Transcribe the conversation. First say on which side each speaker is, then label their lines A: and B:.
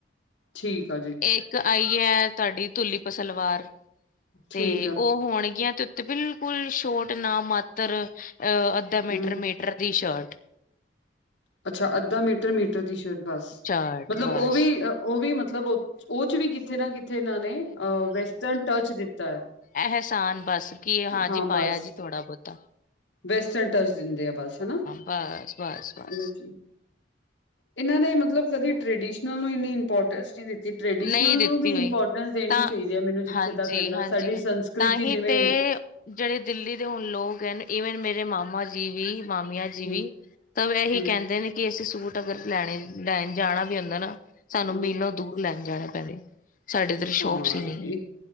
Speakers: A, on the left; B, on the left.
A: ਠੀਕ ਆ ਜੀ।
B: ਇੱਕ ਆਈ ਹੈ ਤੁਹਾਡੀ ਧੁਲੀਪ ਸਲਵਾਰ ਤੇ
A: ਠੀਕ ਆ
B: ਉਹ ਹੋਣਗੀਆਂ ਤੇ। ਤੇ ਬਿਲਕੁਲ ਸ਼ੋਟ ਨਾ ਮਾਤਰ, ਅ ਅੱਧਾ ਮੀਟਰ
A: ਹੂੰ
B: -ਮੀਟਰ ਦੀ ਸ਼ਰਟ
A: ਅੱਛਾ ਅੱਧਾ ਮੀਟਰ- ਮੀਟਰ ਦੀ ਸ਼ਰਟ ਬਸ
B: ਸ਼ਰਟ
A: ਮਤਲਬ
B: ਬਸ
A: ਉਹ ਵੀ ਉਹ ਵੀ ਮਤਲਬ, ਉਹ, ਚ ਵੀ ਕਿਥੇ ਨਾ ਕਿਥੇ ਇਹਨਾਂ ਨੇ ਵੈਸਟਰਨ ਟਚ ਦਿੱਤਾ ਹੈ।
B: ਇਹਸਾਨ ਬੱਸ ਕੀ, ਹਾਂਜੀ
A: ਹਾਂ
B: ਪਾਇਆ
A: ਬਸ
B: ਜੀ ਥੋੜਾ ਬਹੁਤਾ
A: ਵੈਸਟਰਨ ਟੱਚ ਦਿੰਦੇ ਆ। ਬਸ ਹਨਾ।
B: ਬੱਸ-ਬੱਸ-ਬੱਸ
A: ਉਹਦੇ ਚ ਇਹਨਾਂ ਨੇ ਮਤਲਬ, ਕਦੇ ਟ੍ਰਡੀਸ਼ਨਲ ਨੂੰ ਇੰਨੀ ਇੰਪੋਰਟੈਂਸ ਨਹੀਂ ਦਿੱਤੀ। ਟ੍ਰਡੀਸ਼ਨਲ
B: ਨਹੀਂ ਦਿੱਤੀ
A: ਨੂੰ ਵੀ ਇੰਪੋਰਟੈਂਸ
B: ਹੋਈ
A: ਦੇਣੀ
B: ਤਾਂ
A: ਚਾਹੀਦੀ ਹੈ। ਮੈਨੂੰ ਜਿੱਥੇ
B: ਹਾਂਜੀ
A: ਤ ਕਹਿੰਦਾ
B: ਹਾਂਜੀ
A: ਸਾਡੀ ਸੰਸਕ੍ਰਿਤੀ
B: ਤਾਂ ਹੀ
A: ਜਿਵੇਂ
B: ਤੇ ਜਿਹੜੇ ਦਿੱਲੀ ਦੇ ਹੁਣ ਲੋਕ ਹਨ। ਈਵਨ ਮੇਰੇ ਮਾਮਾ ਜੀ ਵੀ ਮਾਮੀਆਂ। ਜੀਵੀ,
A: ਹੂੰ
B: ਤਾਂ ਇਹੀ
A: ਹੂੰ
B: ਕਹਿੰਦੇ ਨੇ ਕਿ ਅਸੀਂ ਸੂਟ ਅਗਰ ਲੈਣੇ, ਲੈਣ ਜਾਣਾ ਵੀ ਹੁੰਦਾ ਨਾ। ਸੇਨੂ
A: ਹੂੰ
B: ਮੀਲੋਂ ਦੂਰ ਲੈਨ ਜਾਣੇ ਪੈਂਦੇ। ਸਾਡੇ ਇੱਧਰ ਸ਼ੋਪਸ
A: ਹਾਂ,
B: ਹੀ ਨਹੀਂ ਹੈ
A: ਇਹ,